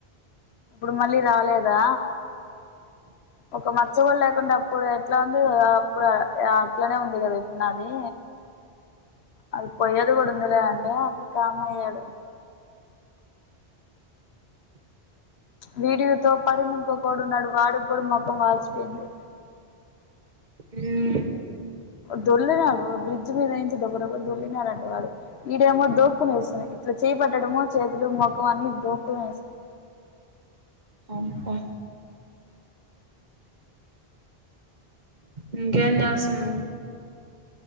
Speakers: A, on the left; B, on the right.
A: ఇప్పుడు మళ్ళీ రాలేదా ఒక మచ్చ కుడా లేకుండా అప్పుడు అట్లాంది అప్పుడు అట్లానే ఉంది కదా ఇప్పుడు నాది అది పోయేది కూడా ఉందిలే అండి అప్పుడు కామ అయ్యాడు వీడియోతోపడినుంకకడు నడు వాడు కూడా ముఖం వాచిపోయింది
B: హ్మ్
A: దొల్లినాడు బ్రిడ్జ్ మీద నుంచి దొగడబ్బ దొల్లినాడుంటే వాడు ఈడేమో దోక్కుని వేస్తున్నాయి ఇట్లా చేపట్టడమో చేతులు మొఖం అన్ని దోక్కుని వేస్తున్నాయి
B: అనుకా <inaudible> ఇంకేంచేస్తున్నావ్